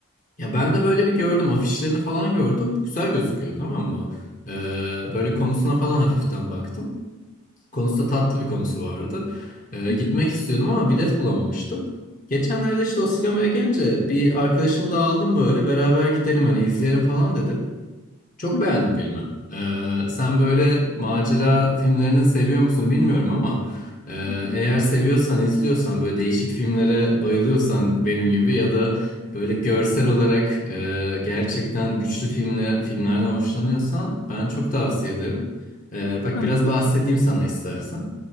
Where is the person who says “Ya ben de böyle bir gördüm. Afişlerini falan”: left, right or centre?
Left